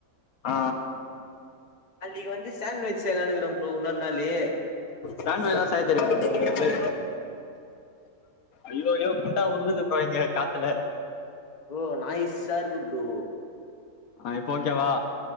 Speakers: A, on the left; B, on the left.
A: ஆ
B: நாளைக்கு வந்து சாண்ட்வச் செயலானுருக்கிறன் ப்ரோ இன்னொரு நாளு
A: சாண்விச் எல்லா செய்ய தெரியுமா ப்ரோ உங்களுக்கு ஐயோ ஐயோ குண்டா உருளுது ப்ரோ இங்க காத்துல
B: ப்ரோ நாய்ஸா இருக்கு ப்ரோ
A: ஆ இப்ப ஓகேவா